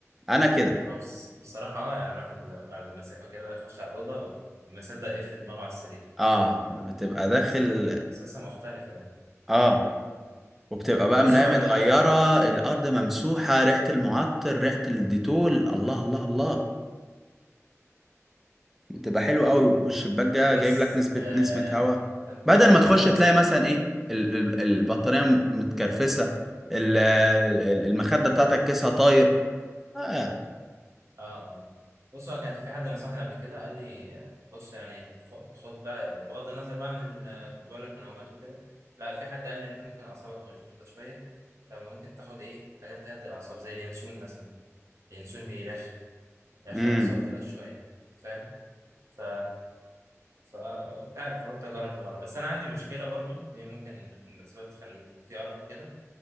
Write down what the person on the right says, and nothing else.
أه بس بصراحة أه يعني الواحد بعد المسيح وكده يخش على الأوضة وما يصدق يفرد دماغه على السرير
بس بس لسه مختلف يعني
بص
هو
أنا
بص
آه
كان
كان في
حد
اه بص هو كان في حد نصحني قبل كده قال لي بص يعني خد خد بقى بغض النظر بقى عن ال- كنت بقول لك منومات وكده لا في حد قال لي انت ممكن اعصابك مشدوده شويه فممكن تاخد ايه حاجات تهدي الاعصاب زي اليانسون مثلا اليانسون بيرخي يرخي
الاعصاب كده شويه فاهم ف ف مش عارف قلت اجرب مره بس انا عندي مشكله برضو دي ممكن من الاسباب تخلي في ارق وكده